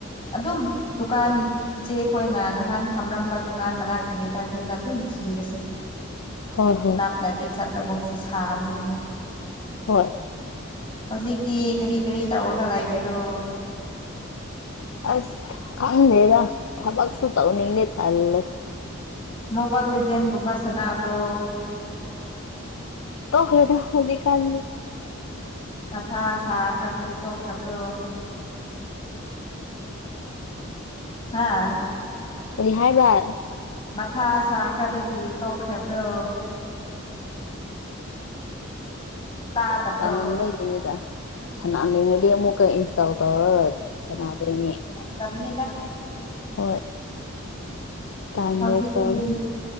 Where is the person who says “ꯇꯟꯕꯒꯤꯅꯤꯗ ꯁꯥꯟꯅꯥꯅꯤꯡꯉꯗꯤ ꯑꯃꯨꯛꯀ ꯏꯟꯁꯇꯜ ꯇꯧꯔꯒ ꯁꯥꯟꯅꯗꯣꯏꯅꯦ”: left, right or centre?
Left